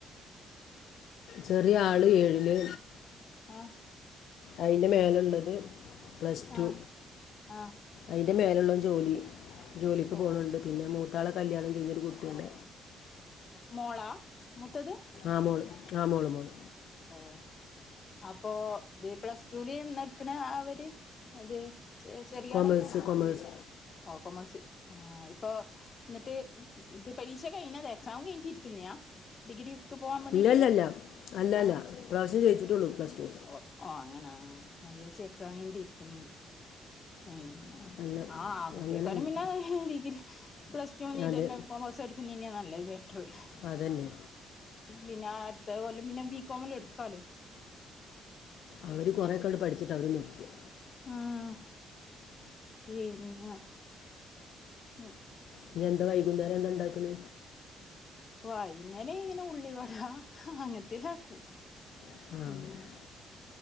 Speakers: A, on the left (about 70°); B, on the left (about 40°).
A: ചെറിയ ആള് ഏഴില്
B: ആഹ്
A: അതിൻ്റെ മേലെ ഉള്ളത് പ്ലസ് ടു
B: ആഹ് ആഹ്
A: അതിൻ്റെ മേലുള്ളത് ജോലി ജോലിക്ക്
B: ഓ
A: പോകണുണ്ട് പിന്നെ മൂത്താളെ കല്യാണം കഴിഞ്ഞൊരു കുട്ടിയുണ്ട്
B: മോളാ മൂത്തത്
A: ആ മോള് ആ മോള് മോള്
B: ഓഹ് അപ്പൊ ഇത് പ്ലസ് ടൂ ല് എന്ന് എടുത്തണേ അവര് അത് ചെറിയാള്
A: കൊമേഴ്സ് കൊമേഴ്സ്
B: ഓഹ് കൊമേഴ്സ് ആഹ് ഇപ്പൊ എന്നിട്ട് ഇത് പരീക്ഷ കഴിഞ്ഞ് എക്സാം കഴിഞ്ഞിട്ടിരിക്കുന്നെയാ ഡിഗ്രിക്ക് പോവാൻ വേണ്ടീട്ട്
A: ഇല്ല അല്ല അല്ല അല്ല അല്ല
B: ആഹ്
A: പ്രാവശ്യം ജയിച്ചിട്ടുള്ളൂ
B: ന
A: പ്ലസ് ടു
B: ഓഹ് ഓഹ് അങ്ങനെ ആഹ് ഞാൻ വിചാരിച്ച് എക്സാം കഴിഞ്ഞിട്ട് ഇരിക്കുന്നെയാന്ന് മ്മ്
A: അല്ല
B: ആഹ് കുട്ടിയക്കാരും
A: അങ്ങനെയല്ല
B: പിന്നെ ഡിഗ്രി പ്ലസ് ടൂ കഴിഞ്ഞ്
A: അതെ
B: ഇതന്നെ കൊമേഴ്സ് എ തന്നെയാ നല്ലത് ബെറ്ററ്
A: അതന്നെ
B: പിന്നെ അടുത്ത കൊല്ലം പിന്നെ ബീകോമിൽ എടുക്കാലോ
A: അവര് കുറെേയൊക്കെ അങ്ങ് പഠിച്ചിട്ട് അവര് നിർത്തും
B: ആഹ് പിന്നെ മ്മ്
A: ഇനി എന്താ വൈകുന്നേരം എന്താ ഉണ്ടാക്കണ്
B: ഓഹ് വൈകുന്നേരം ഇങ്ങനെ ഉള്ളി വടാ അങ്ങനത്തെൽ ആക്കും
A: ആഹ്
B: ഉം